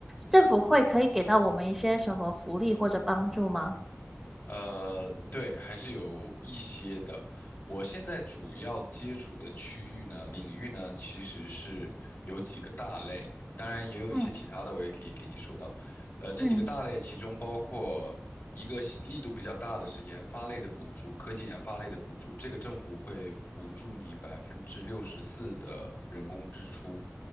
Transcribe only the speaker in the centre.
政府会可以给到我们一些什么福利或者帮助吗？
嗯
嗯